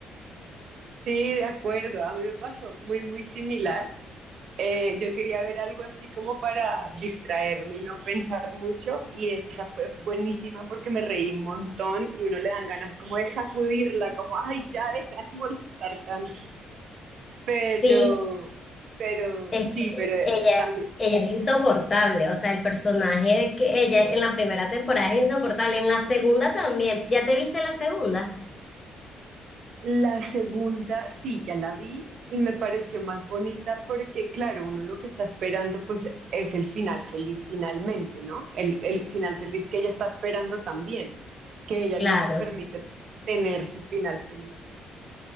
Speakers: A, on the right; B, on the left.
A: sí, de acuerdo. A mí me pasó muy, muy similar. Eh, yo quería ver algo así como para distraerme y no pensar mucho y esa fue buenísima porque me reí un montón y uno le dan ganas como de sacudirla, como, ay, ya deja de <laughs> molestar tanto. Pero,
B: Sí,
A: pero
B: es
A: sí,
B: que
A: pero
B: ella,
A: también
B: ella es insoportable, o sea, el personaje de que ella en la primera temporada es insoportable, en la segunda también. ¿Ya te viste la segunda?
A: La segunda, sí, ya la vi y me pareció más bonita porque, claro, uno lo que está esperando pues es el final feliz finalmente, ¿no? El, el final feliz que ella está esperando también, que ella
B: Claro.
A: no se permite tener su final feliz.